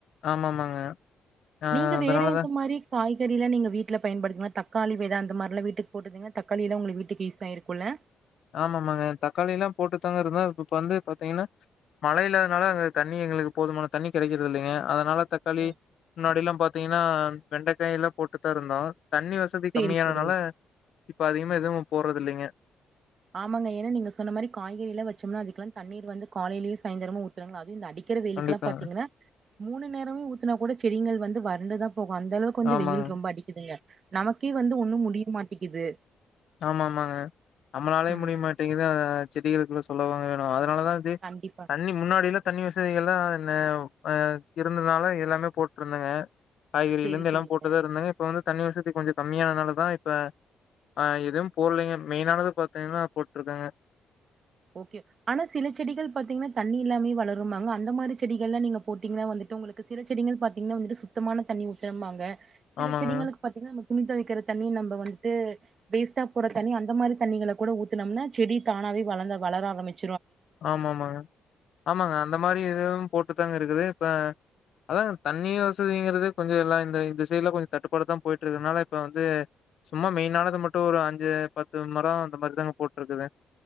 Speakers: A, on the left; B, on the right.
A: ஆமாமாங்க ஆ
B: நீங்க
A: அதனாலதா
B: வேற எந்த மாரி காய் கறி எல்லா நீங்க வீட்ல பயன்படித்த தக்காளி வெத அந்த மாரி எல்லா வீட்டுக்கு போட்டுருதிங்கன்னா தக்காளி எல்லா உங்க வீட்டுக்கு யூஸ் ஆயிருக்குல்ல
A: ஆமா ஆமாங்க தக்காளி எல்லா போட்டு தாங்க இருந்தோ இப்ப வந்து பாத்தீங்கன்னா மழை இல்லாததுனால அங்க தண்ணி எங்களுக்கு போதுமான தண்ணி கெடைக்கிறது இல்லிங்க அதனால தக்காளி
B: ஓ
A: முன்னாடி எல்லா பாத்தீங்கன்னா வெண்டைக்காய் எல்லா போட்டு இருந்தோ தண்ணி வச வசதி
B: சேரி
A: கம்மியானனால
B: சேரிங்க
A: இப்ப அதிகமா எதுவு போட்றது இல்லிங்க
B: ஆமாங்க ஏன்னா நீங்க சொன்ன மாரி காய்கறி எல்லா வெச்சோம்னா அதுக்கெல்லா தண்ணீர் வந்து காலையிலயு சாயந்தரமு ஊத்தனுங்களா அது இந்த அடி க்கிற வெயிலுக்கெல்லா
A: கண்டிப்பாங்க
B: பாத்தீங்கன்னா மூணு நேரமே ஊத்தினா கூட செடிகள் வந்து வறண்டுதா போகு அந்த அளவு வந்து
A: ஆமாங்க
B: வெயில் ரொம்ப அடிக்குதுங்க நமக்கே வந்து ஒண்ணு முடிய மாட்டேக்குது
A: ஆமா ஆமாங்க நம்மளாலே
B: ம்
A: முடிய மாட்டேங்குது அத செடிகளுக்குள்ள சொல்லவாங்க வேணு அதனால தா
B: கண்டிப்பா
A: தண்ணி முன்னாடி எல்லா தண்ணி வசதிகள் எல்லா நெ இருந்தனால எல்லாமே போட்டு இருந்தேங்க காய்கறில
B: சேரி
A: இருந்து எல்லாம்
B: சேரிங்க
A: போட்டுதான் இருந்தாங்க இப்ப வந்து தண்ணி வசதி கொஞ்சொ கம்மியானனால தா இப்ப ஆ எதும் போல்லீங்க மெயினானத பாத்தீங்கன்னா போட்ருக்கங்க
B: ஓகே ஆனா சில செடிகள் பாத்தீங்ன்னா தண்ணி இல்லாமே வளருமாங்க அந்த மாரி செடிகள்ல்லா நீங்க போட்டீங்ன்னா வந்துட்டு உங்களுக்கு க்கு சில செடிகள் பாத்தீங்ன்னா வந்துட்டு சுத்தமான தண்ணி ஊத்தனும்பாங்க சில
A: ஆமாங்க
B: செடிங்களுக்கு பாத்தீங்கன்னா நம்ம துணி தொவைக்கிற தண்ணி நம்ப வந்துட்டு வேஸ்டா போற தண்ணிஅந்த மாதிரி தண்ணிங்கள கூட ஊத்துனம்னா செடி தானாவே வளந்த வளர ஆரம்பிச்சி
A: ஆம்மா ம்மாங்க ஆமாங்க அந்த மாரி எதுவும் போட்டு தாங்க இருக்குது இப்ப அதாங்க தண்ணி வசதிங்கிறது கொஞ்சோ எல்லா இந்த சைடுல கொஞ்சோ தட்டுப்பாடாத்தான் போயிட்டு இருக்கிறதுனால இப்ப வந்து சும்மா மெயின் ஆனது மட்டு ஒரு அஞ்சு பத்து மரோ அந்த மாரிதாங்க போட்ருக்குது